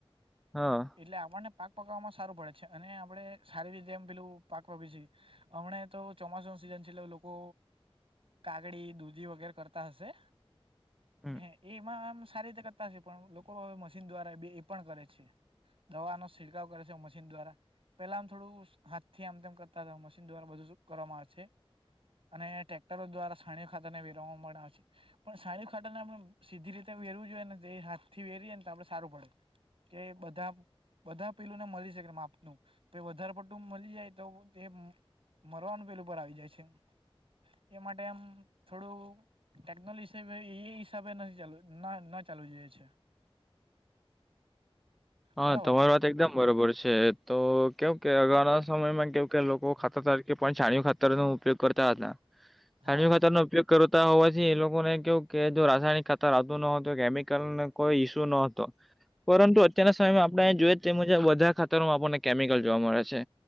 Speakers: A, in the centre; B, on the right.
A: હા
B: એટલે આપણને પાક પકવામાં સારું પડે છે અને આપડે સારી રીતે એમ પેલું પાક <unintelligible> એમણે તો ચોમાસું નું સીઝન છે એલે લોકો કાગડી દૂધી વગેરે કરતા હશે
A: હમ.
B: હે એમાં આમ સારી રીતે કરતા છે પણ લોકો હવે મશીન દ્વારા એ પણ કરે છે દવાનો છિડકાવ કરે છે મશી દ્વારા પેલા આમ થોડું થી આમ તેમ કરતા હતા મશીન દ્વારા બધું કરવામાં આવે છે અને ટ્રેક્ટરો દ્વારા છાણીયા ખાતરને વેરવા પણ આવે છે સાણીઓ ખાતા ને સીધી રીતે વેરવું જોઈએ ને તે હાથી વેરીએ તો આપડે સારું પડે. કે બધા બધા પેલુંને મળી શકે માપનું પછી વધારે પડટુ મળી જાય તો તે મરવાનું પેલું ઉપર આવી જાય છે એ એ માટે આમ થોડું ટેકનોલોજીએ હિસાબે નથી ચાલુ ન ના ચાલુ જોઈએ છે.
A: હા
B: બરાબર
A: તમારી
B: ને
A: વાત એકદમ બરોબર છે તો કેવ કે અગા સમયમાં કેવુ કે લોકો ખાતર તરીકે પણ છાણીયો ખાતર નો ઉપયોગ કરતા હતા.
B: હા
A: છાણીયા ખાતરનો ઉપયોગ કરતા હોવાથી એ લોકોને કેવું કે જો રાસાયણિક ખાતર આવતું ન હતું કેમિકલને કોઈ ઈસ્યુ નતો. પરંતુ અત્યારના સમયમાં આપણે જોઈએ તે મુજબ બધા ખાતરોમાં આપણને કેમિકલ જોવા મળે છે.